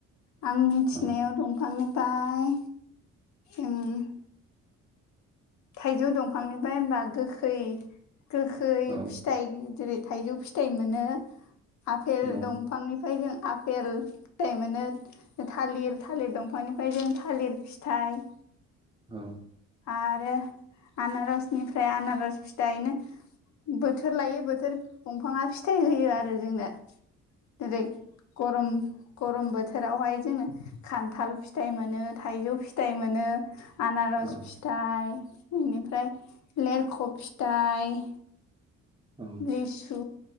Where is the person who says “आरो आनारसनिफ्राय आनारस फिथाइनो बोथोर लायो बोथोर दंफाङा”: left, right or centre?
Left